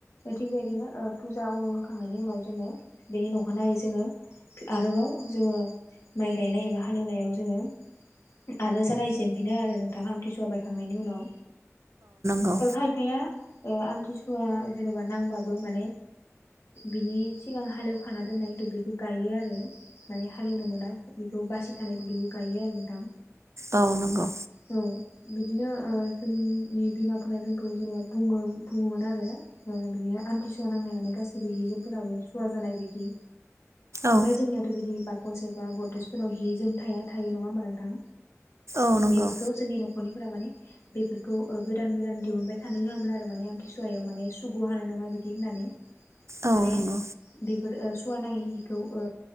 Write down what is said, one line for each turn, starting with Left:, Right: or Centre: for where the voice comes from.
Left: थिग बेबायदिनो फुजा उनु होखांनायनि उनाव जोङो बेनि अखानायै जोङो आरोबाव जोङो माइ गायनाय एबा हालेवनायाव जोङो आरो जागायजेनफिनो आरो नोंथांङा आमथिसुवा बायखांनाइनि उनाव
Right: नंगौ
Left: खायफाया ओ आमथिस हुवा जेनेबा नांबाबो माने बिनि सिगां हालेवखाना दोननाय दुब्लिखौ गायो। आरो माने हालेवनो मोना बेखौ बासि थानाय खौबो गायो आरो नोंथां।
Right: औ नंगौ
Left: औ बिदिनो ओ जोंनि बिमाफोरा जोंखौ जेनेबा बुङो बुङोमोन आरो आरो बिदिनो आमथिसुवा नांनाय माने गासिबो हिजोनफोराबो सुवा जानाय बिदि ओमफ्राय
Right: औ
Left: जोंनियाथ' बिदि बाकस एबा गदरेजफोराव हि जोम थाया थायो नङा होमबा नोंथां?
Right: औ नंगौ
Left: बेफोरखौ जोंनि न'खरनि फोरा माने बेफोरखौ गोदान गोदान दिहुनबाय थानो होयामोन आरो माने आमथिसुवा सुवायाव माने सुग' हानाय नङा बिदि होननानै
Right: औ
Left: माने
Right: नंगौ
Left: बेफोर सुवा नाङै हिखौ ओ